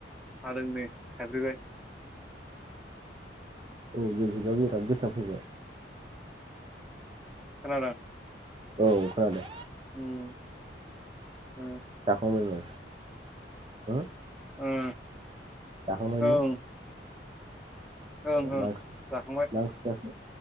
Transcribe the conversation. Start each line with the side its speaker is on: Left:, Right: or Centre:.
Centre: हादों नै थाइफ्रिबाय।
Right: औ जोंनिखिजा बिराद गोसा फैबाय।
Centre: खोनादों।
Right: औ खोनादों।
Centre: उम ओ।
Right: जाखांबायमोन हो?
Centre: उम।
Right: जाखांबायमोन।
Centre: ओं ओं
Right: अ
Centre: ओं
Right: मा ओंख्रि
Centre: जाखांबाय।
Right: मा ओंख्रि जाखो